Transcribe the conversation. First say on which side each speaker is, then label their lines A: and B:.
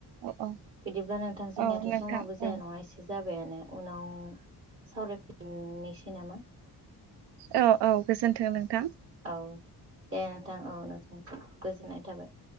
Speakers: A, on the right; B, on the right.
A: औ औ
B: बिदिब्ला नोंथां जोंनियाथ'
A: औ नोंथां
B: समाबो जाया
A: औ
B: नङा एसे जाबायानो उनाव सावरायफिननोसै नामा?
A: औ औ गोजोन्थों नोंथां।
B: औ दे नोंथां औ। नोंथांसिम गोजोननाय थाबाय।